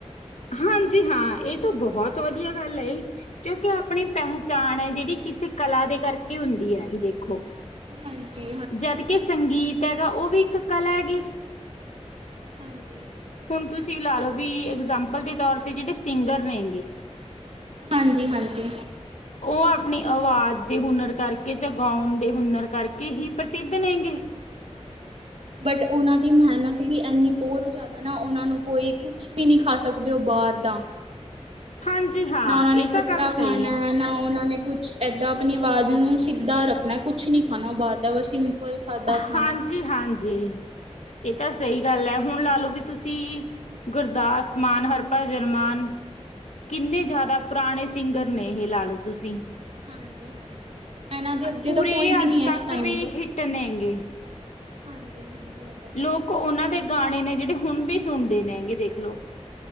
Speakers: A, on the left; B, on the right.
A: ਹਾਂਜੀ ਹਾਂ ਇਹ ਤਾਂ ਬਹੁਤ ਵਧੀਆ ਗੱਲ ਹੈ ਕਿਉਂਕਿ ਆਪਣੀ ਪਹਿਚਾਣ ਹੈ ਜਿਹੜੀ ਕਿਸੇ ਕਲਾ ਦੇ ਕਰਕੇ ਹੁੰਦੀ ਹੈ ਜ ਦੇਖੋ
B: ਹਾਂਜੀ ਹਾਂ
A: ਜਦ ਕਿ ਸੰਗੀਤ ਹੈਗਾ ਉਹ ਵੀ ਇੱਕ ਕਲਾ ਹੈਗੀ
B: ਹਾਂਜੀ
A: ਹੁਣ ਤੁਸੀਂ ਲਾ ਲਓ ਵੀ ਇਗਜਾਮਪਲ ਦੇ ਤੌਰ ਤੇ ਜਿਹੜੇ ਸਿੰਗਰ ਨੇਗੇ
B: ਹਾਂਜੀ ਹਾਂਜੀ
A: ਉਹ ਆਪਣੀ ਆਵਾਜ਼ ਦੇ ਹੁਨਰ ਕਰਕੇ ਜ ਗਾਉਣ ਦੇ ਹੁਨਰ ਕਰਕੇ ਹੀ ਪ੍ਰਸਿੱਧ ਨੇਗੇ
B: ਬਟ ਉਹਨਾਂ ਦੀ ਮਿਹਨਤ ਵੀ ਇਨੀ ਬਹੁਤ ਜ਼ਿਆਦਾ ਨਾ ਉਹਨਾਂ ਨੂੰ ਕੋਈ ਕੁਛ ਵੀ ਨਹੀਂ ਖਾ ਸਕਦੇ ਉਹ ਬਾਹਰ ਦਾ
A: ਹਾਂਜੀ ਹਾਂ
B: ਨਾ ਉਹਨਾਂ
A: ਇਹ
B: ਨੇ
A: ਤਾਂ
B: ਖੱਟਾ
A: ਗੱਲ ਸਹੀ
B: ਖਾਣਾ
A: ਹੈ
B: ਨਾ ਉਹਨਾਂ ਨੇ ਕੁਛ ਏਦਾਂ ਆਪਣੀ ਆਵਾਜ਼ ਨੂੰ ਸਿੱਧਾ ਰੱਖਣਾ ਕੁਛ ਨੀ ਖਾਣਾ ਉਹ ਬਾਹਰ ਦਾ ਬਸ ਸਾਦਾ
A: ਹਾਂਜੀ
B: ਖਾਣਾ ਖਾਣਾ
A: ਹਾਂਜੀ ਤਾਂ ਸਹੀ ਗੱਲ ਹੈ। ਹੁਣ ਲਾ ਲਓ ਵੀ ਤੁਸੀਂ ਗੁਰਦਾਸ ਮਾਨ ਹਰਭਜਨ ਮਾਨ ਕਿੰਨੇ ਜ਼ਿਆਦਾ ਪੁਰਾਣੇ ਸਿੰਗਰ ਨੇ ਇਹ ਲਾ ਲਓ ਤੁਸੀਂ
B: ਹਾਂਜੀ -ਹਾਂਜੀ ਇਹਨਾਂ ਦੇ ਅੱਗੇ
A: ਪੂਰੇ
B: ਤਾਂ ਕੋਈ ਵੀ
A: ਅੱਜ
B: ਨੀ ਐਸ
A: ਤੱਕ
B: ਟਾਈਮ
A: ਵੀ
B: ਤੇ।
A: ਹਿੱਟ <unintelligible>
B: ਹਾਂਜੀ -ਹਾਂਜੀ ਇਹ ਤਾਂ ਹੈ
A: ਲੋਕ
B: ਹੀ।
A: ਉਹਨਾਂ ਦੇ ਗਾਣੇ ਨੇ ਜਿਹੜੇ ਹੁਣ ਵੀ ਸੁਣਦੇ ਨੇ ਹੈਗੇ ਦੇਖਲੋ